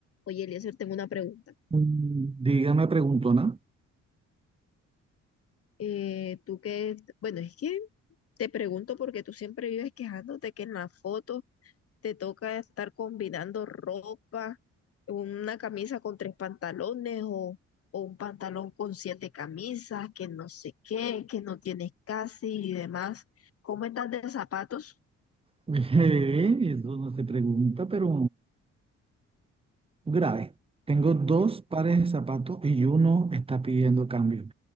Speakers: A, on the left; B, on the right.
A: Oye, Eliezer, tengo una pregunta.
B: Mm, Dígame, preguntona.
A: Eh, tú que, bueno, es que te pregunto porque tú siempre vives quejándote que en la foto te toca estar combinando ropa, una camisa con tres pantalones o, o un pantalón con siete camisas, que no sé qué, que no tienes casi y demás. ¿Cómo estás de zapatos?
B: <laughs> Eh, Eso no se pregunta, pero grave. Tengo dos pares de zapatos y uno está pidiendo cambio.